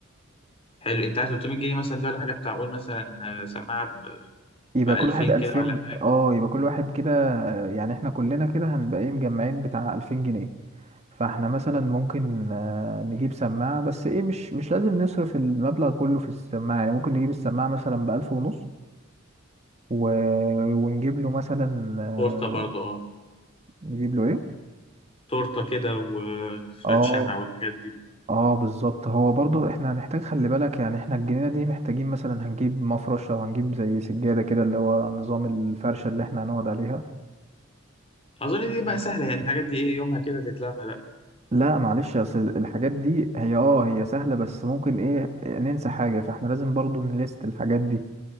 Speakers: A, on the left; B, on the right.
A: حلو أنت عايز 300 جنيه مثلا دي ولا حاجة بتاع قول مثلا آه، سماعة ب
B: يبقى
A: 2000
B: كل واحد 2000
A: كده ولا حاجة
B: اه يبقى كل واحد كده يعني احنا كلنا كده هنبقى ايه مجمعين بتاع 2000 جنيه فاحنا مثلا ممكن آه، نجيب سماعة بس ايه مش مش لازم نصرف المبلغ كله في السماعة يعني ممكن نجيب السماعة مثلا بألف ونص و... ونجيب له مثلا آه،
A: تورتة برضه أه
B: نجيب له ايه
A: تورتة كده وشوية
B: اه
A: شمع والحاجات دي
B: اه بالظبط هو برضو احنا هنحتاج خلي بالك يعني احنا الجنينة دي محتاجين مثلا هنجيب مفرش او هنجيب زي سجادة كده اللي هو نظام الفرشة اللي احنا هنقعد عليها
A: أظن دي بقى
B: ماشي.
A: سهلة يعني الحاجات دي إيه يومها كده تتلم بقى
B: لا معلش اصل الحاجات دي هي اه هي سهلة بس ممكن ايه ننسى حاجة فاحنا لازم برضو نليست الحاجات دي